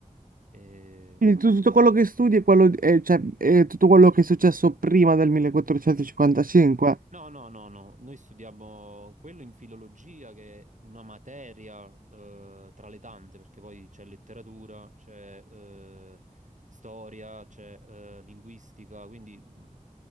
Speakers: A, on the right; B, on the right.
A: E,
B: Quindi tu- tutto quello che studi è, quello, è- cioè, è tutto quello che è successo prima del 1455, in
A: No, no, no, no, noi studiamo quello in filologia che è una materia eh, tra le tante, perché poi c'è letteratura, c'è eh, storia, c'è eh, linguistica, quindi mh,